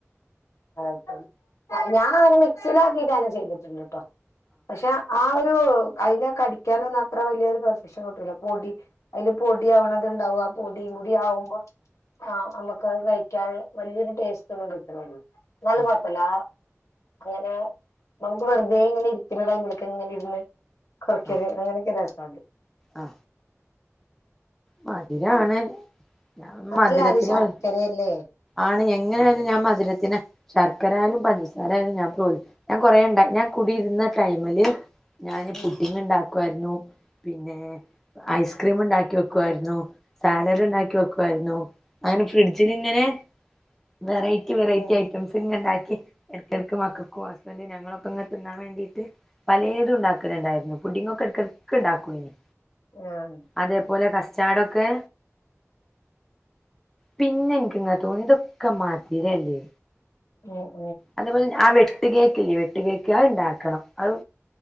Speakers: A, on the left (about 70°); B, in the centre.
A: <unintelligible> ഞാനങ്ങന മിക്സീലാക്കീട്ട് അങ്ങനെ ചെയ്ത്ട്ട്ണ്ട് ട്ടോ. പക്ഷേ ആ ഒരു അയിന കടിക്കാനൊന്നും അത്ര വലിയൊരു പെർഫെക്ഷൻ കിട്ടൂല പൊടി അയില് പൊടി ആവണ ത് ഉണ്ടാവും ആ പൊടി കൂടി ആവുമ്പൊ ആ നമ്മക്കത് സ <unintelligible> വലിയൊരു ടേസ്റ്റൊന്നും കിട്ട്ണില്ല ന്നാലും
B: ആ ആ
A: കൊഴപ്പല്ലാ അങ്ങനെ നമ്മുക്ക് വെറുതേ ഇങ്ങനെ ഇരിക്കണ ടൈമിലൊക്കെ ഇങ്ങനിരുന്ന് <unintelligible>
B: ആ
A: അങ്ങനെക്കൊരു രസ അതെ
B: ആ മധുരാണ് ഞാൻ മധുരത്തിന്
A: അല്ല അത് ശർക്കരയല്ലേ
B: വൈ ആണ് എങ്ങനെയായാലും ഞാൻ മധുരത്തിന് ശർ ശർക്കരായാലും പഞ്ചസാരയായാലും ഞാൻ പ്രോൽ ഞാൻ കുറേയുണ്ടാ ഞാൻ കുടിയിരുന്ന ടൈമില് ഞാന്
A: ഉം
B: പുഡ്ഡിംഗ് ഉണ്ടാ ക്കുവായിരുന്നു പിന്നെ ഐസ്ക്രീം ഉണ്ടാക്കി വയ്ക്കു ക്കുവായിരുന്നു സാലഡ് ഉണ്ടാക്കി വെക്കുമായിരുന്നു അങ്ങനെഫ്രിഡ്ജില് ഇങ്ങനെ വെറൈറ്റി വെറൈറ്റി
A: ഉം
B: ഐറ്റംസ് ഇങ്ങനെ ഇണ്ടാക്കി ക്കി ഇടയ്ക്ക് ഇടയ്ക്ക് മക്കൾക്കും ഹസ്ബൻ്റ് ഞങ്ങളൊക്കെ തിന്നാൻ വേണ്ടിയിട്ട് പലേതും ഉണ്ടാക്കലിണ്ടേർന്നു പുഡ്ഡിംഗ് ഒക്കെ ഇടയ്ക്ക് ഇടയ്ക്ക് ഇണ്ടാക്കോയിരുന്നു
A: ആഹ്
B: അതേ പോലെ കസ് സാഡ് ഒക്കെ പിന്നെ ൻക്ക്ങ്ങനെ തോന്നി തൊക്കെ മധ് രല്ലേ
A: മു
B: അതേപോലെന്നെ ആ വെ ട്ട് കേക്ക്ല്ലേ വെട്ട് കേക്ക് അത്ണ്ടാക്കണം അത്